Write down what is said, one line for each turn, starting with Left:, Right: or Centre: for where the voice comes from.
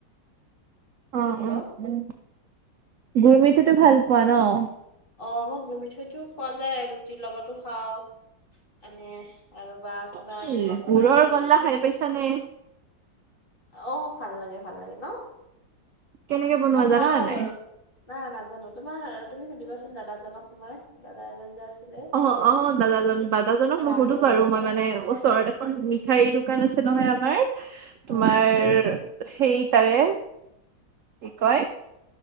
Right: অ',
Left: হেল্ল'
Right: অ', গুৰ মিঠৈটো ভাল পোৱা ন'?
Left: অ', মই গুৰ মিঠৈটোও খোৱা যায় ৰুটিৰ লগতো খাওঁ, এনে আৰু বা কিবা
Right: কি
Left: এনেকে বনালে
Right: গুৰৰ গল্লা
Left: খাওঁ।
Right: খাই পাইছা নে?
Left: অ', ভাল লাগে ভাল লাগে ন'
Right: কেনেকে বনোৱা
Left: মই খাওঁ
Right: জানা নে নাই?
Left: বাৰু। নাই নাজানো তোমাৰ তুমি সুধিবাচোন দাদাজনক তোমাৰ, দাদা এজন যে আছিলে।
Right: অ', অ', দাদাজন দাদাজনক নুসুধো
Left: ৰান্ধনী
Right: বাৰু
Left: দাদা
Right: মই মানে ওচৰত এখন মিঠাইৰ দোকান আছে নহয় আমাৰ,
Left: অ
Right: তোমাৰ সেই তাৰে কি কয়